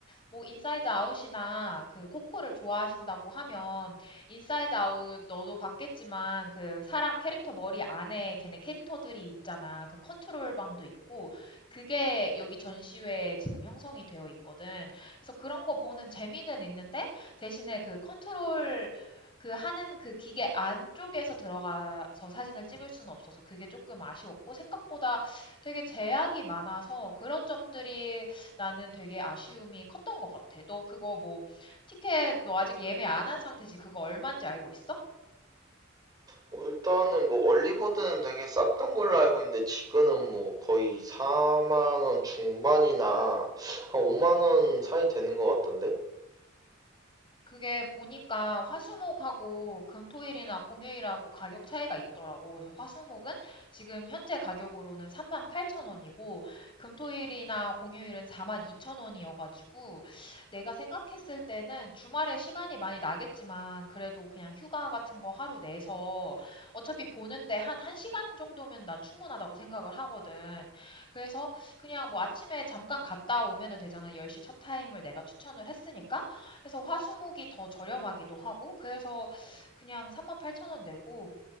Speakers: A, on the left (about 25°); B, on the right (about 20°).
A: 뭐 인사이드 아웃이나 그 코코를 좋아하신다고 하면 인사이드 아웃 너도 봤겠지만 그 사람 캐릭터 머리 안에 걔네 캐릭터들이 있잖아. 그 컨트롤 방도 있고 그게 여기 전시회에 지금 형성이 되어 있거든. 그래서 그런 거 보는 재미는 있는데 대신에 그 컨트롤 그 하는 그 기계 안쪽에서 들어가서 사진을 찍을 수는 없어서 그게 조금 아쉬웠고 생각보다 되게 제약이 많아서 그런 점들이 나는 되게 아쉬움이 컸던 것 같아. 너 그거 뭐 티켓 너 아직 예매 안 한 상태지? 그거 얼마인지 알고 있어?
B: 뭐 일단은 뭐 얼리버드는 되게 쌌던 걸로 알고 있는데 지금은 뭐 거의 4만 원 중반이나 한 5만 원 사이 되는 것 같던데?
A: 그게 보니까 화수목하고 금토일이나 공휴일하고 가격 차이가 있더라고. 그래서 화수목은 지금 현재 가격으로는 38,000원이고 금토일이나 공휴일은 42,000원이어가지고 내가 생각했을 때는 주말에 시간이 많이 나겠지만 그래도 그냥 휴가 같은 거 하루 내서 어차피 보는데 한 1시간 정도면 난 충분하다고 생각을 하거든. 그래서 그냥 뭐 아침에 잠깐 갔다 오면은 되잖아. 10시 첫 타임을 내가 추천을 했으니까. 해서 화수목이 더 저렴하기도 하고 그래서 그냥 38,000원 내고